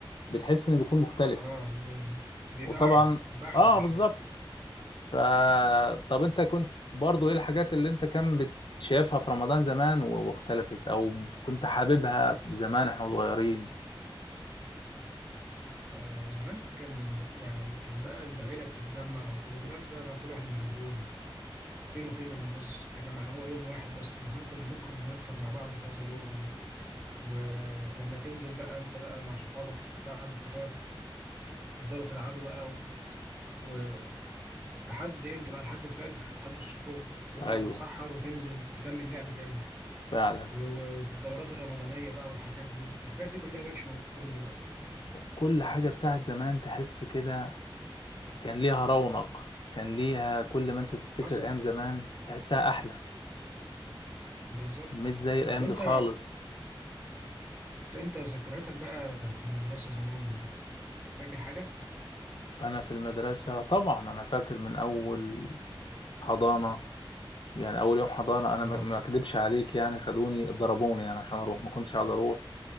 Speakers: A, on the left; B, on the right.
A: بتحس انه بيكون مختلف
B: اه ب- بيبقى
A: وطبعا
B: احلى بيبقى احلى
A: اه
B: في الشتاء
A: بالظبط ف طب انت كنت برضو ايه الحاجات اللي انت كان بت- شايفها في رمضان زمان و- واختلفت او كنت حاببها زمان احنا صغيرين
B: آه زمان كان يعني كان بقى العيلة بتتجمع وكده دلوقتي بقى بقى كل واحد مشغول فين وفين لما الناس بتتجمع يعني هو يوم واحد بس زمان كنا ممكن نفطر مع بعض كذا يوم ولما تنزل بقى انت بقى مع صحابك بعد الفطار تفضلوا تلعبوا بقى و... و... لحد امتى بقى لحد الفجر لحد السحور تطلع
A: ايوه
B: تتسحر وتنزل تكمل لعب تاني
A: فعلا
B: و- و- والدورات الرمضانية بقى والحاجات دي الحاجات دي كلها مبقتش موجودة دلوقتي
A: كل حاجة بتاعت زمان تحس كده كان ليها رونق كان ليها كل ما انت تفتكر
B: حصل
A: ايام زمان تحسها احلى
B: بالظبط
A: مش زي الايام
B: طب انت
A: دي خالص
B: انت انت ذكرياتك بقى في المدرسة زمان فاكر حاجة؟
A: انا في المدرسة طبعا انا فاكر من اول حضانة يعني اول يوم حضانة
B: اه
A: انا ما ما اكدبش عليك يعني خدوني ضربوني يعني عشان اروح ما كنتش عايز اروح